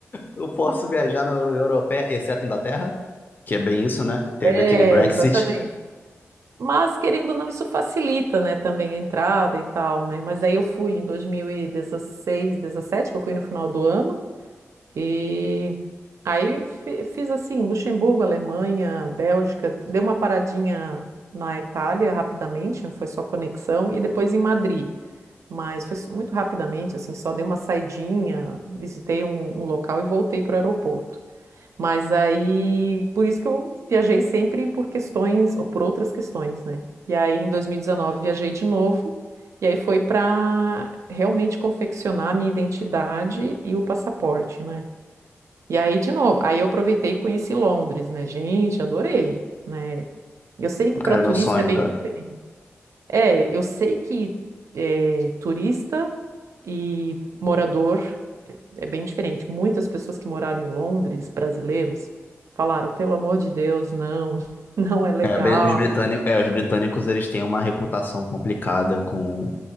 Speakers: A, on the left; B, on the right.
A: eu posso viajar na Euro- Europeia, exceto Inglaterra, que é bem isso, né? Teve
B: é,
A: aquele Brexit.
B: exatamente. Mas querendo ou não, isso facilita, né, também a entrada e tal, né? Mas aí eu fui em 2016, 17, que eu fui no final do ano. E aí fi- fiz assim, Luxemburgo, Alemanha, Bélgica, dei uma paradinha na Itália rapidamente, foi só conexão, e depois em Madrid. Mas foi su- muito rapidamente, assim, só dei uma saidinha, visitei um, um local e voltei para o aeroporto. Mas aí, por isso que eu viajei sempre por questões, ou por outras questões, né? E aí, em 2019, viajei de novo, e aí foi para realmente confeccionar a minha identidade e o passaporte, né? E aí, de novo, aí eu aproveitei e conheci Londres, né? Gente, adorei, né? Eu sei que para
A: Cara,
B: turista
A: meu sonho,
B: é bem
A: cara.
B: diferente. É, eu sei que é, turista e morador é bem diferente. Muitas pessoas que moraram em Londres, brasileiros, falaram, pelo amor de Deus, não, <laughs> não é legal.
A: É, bri- os britânicos, é, os britânicos eles têm uma reputação complicada com,